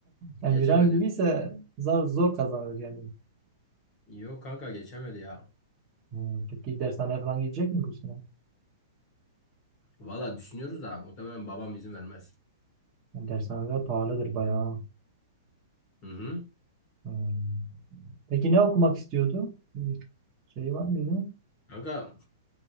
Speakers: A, on the left; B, on the right.
A: geçemedi.
B: Emirhan gibiyse zor, zor kazanır yani.
A: Yok kanka geçemedi ya.
B: Hmm. Peki dershaneye falan gidecek mi bu sene?
A: Valla düşünüyoruz da muhtemelen babam izin vermez.
B: Yani Dershaneler pahalıdır bayağı.
A: Hı hı.
B: Hmm. Peki ne okumak istiyordu? Bir Şey var mıydı?
A: Kanka